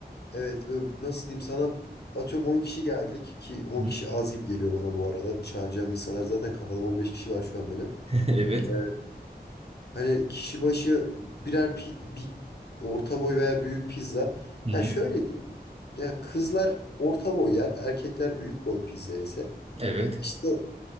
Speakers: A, on the left (about 70°); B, on the right (about 35°).
A: Evet ve nasıl diyeyim sana atıyorum 10 kişi geldik ki on
B: Hı
A: kişi
B: <laughs>
A: az gibi geliyor bana bu arada. Çağıracağım insanlar zaten kafada 15 kişi var şu an benim.
B: Evet.
A: Ee, hani kişi başı birer pi- bir orta boy veya büyük pizza.
B: Hı
A: Ya
B: hı.
A: şöyle diyeyim. Ya kızlar orta boy yer, erkekler büyük boy pizza yese.
B: Evet.
A: İşte